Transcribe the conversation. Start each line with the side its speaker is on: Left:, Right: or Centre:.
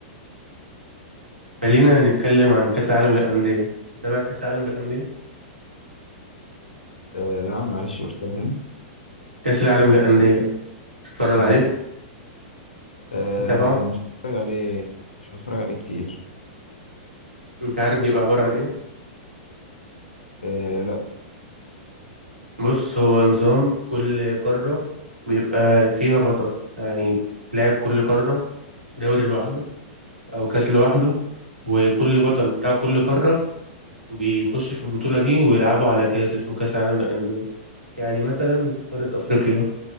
Right: خلينا نتكلم عن كاس العالم للأندية متابع كاس العالم للأندية
Left: آه نعم معلش قلتها تاني
Right: كاس العالم للأندية تتفرج
Left: ماله
Right: عليه
Left: آه
Right: متابعه
Left: مش بتفرج عليه مش بتفرج عليه كتير
Right: انت عارف بيبقى عبارة عن ايه
Left: آه لا
Right: بص هو نظام كل قارة بيبقى فيها بطل يعني لاعب كل قارة دوري لوحده أو كاس لوحده وكل بطل بتاع كل قارة بيخش في البطولة دي ويلعبوا على كاس اسمه كاس العالم للأندية يعني مثلا قارة أفريقيا